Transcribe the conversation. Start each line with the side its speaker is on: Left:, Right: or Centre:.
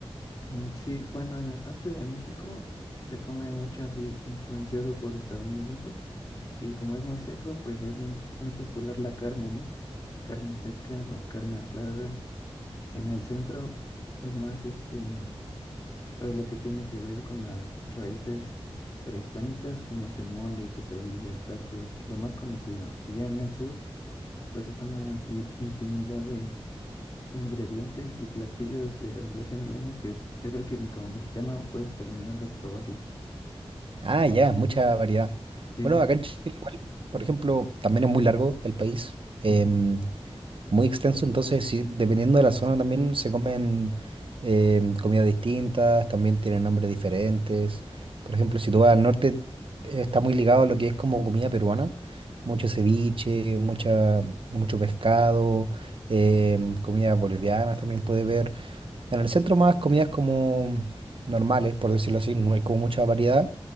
Left: Mm, Sí, bueno, en el norte de México se come mucho así influenciado por estadounidenses y como es muy seco, pues es muy, muy popular la carne, ¿no? Carne seca o carne asada. En el centro es más este... todo lo que tiene que ver con las raíces prehispánicas, como es el mole, quesadillas, tacos, lo más conocido. Y ya en el sur, pues es una así infinidad de ingredientes y platillos de- desde hace milenios que yo creo que ni como mexicano puedes terminar de probarlos.
Right: Ah, ya, mucha variedad.
Left: Sí,
Right: Bueno,
Left: ok.
Right: acá en Chile igual, por ejemplo, también es muy largo el país. Em,
Left: Ujú,
Right: muy extenso, entonces sí, dependiendo de la zona también se comen em, comidas distintas, también tienen nombres diferentes. Por ejemplo, si tú vas al norte, eh, está muy ligado a lo que es como comida peruana, mucho ceviche, mucha, mucho pescado, em, comidas bolivianas también puede ver. En el centro más comidas como normales, por decirlo así, no hay como mucha variedad.